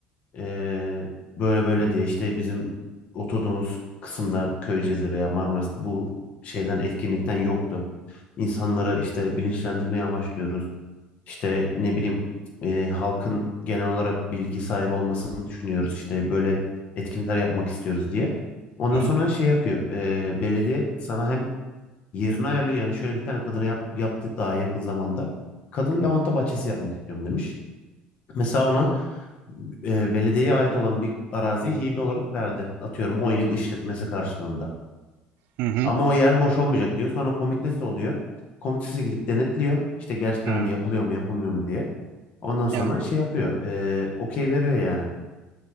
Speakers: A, on the left; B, on the right.
A: Ee, böyle böyle diye işte bizim oturduğumuz kısımda Köyceğiz'de veya Marmaris'te bu şeyden etkinlikten yoktu. İnsanları işte bilinçlendirmeye amaçlıyoruz. İşte ne bileyim e, halkın genel olarak bilgi sahibi olmasını düşünüyoruz. İşte böyle etkinlikler yapmak istiyoruz diye. Ondan
B: Hı hı.
A: sonra şey yapıyor. e, belediye sana hem yerini ayarlıyor. Yani şöyle bir tane kadına yap, yaptı daha yakın zamanda. Kadın lavanta bahçesi yapmak istiyorum demiş. Mesela ona e, belediyeye ait olan bir araziyi hibe olarak verdi. Atıyorum 10 yıl işletmesi karşılığında.
B: Hı hı.
A: Ama o yer boş olmayacak diyor. Sonra komitesi oluyor. Komitesi gidip denetliyor. İşte gerçekten
B: Hı.
A: hani yapılıyor mu yapılmıyor mu diye. Ondan sonra
B: Evet.
A: şey yapıyor. eee, okey veriyor yani.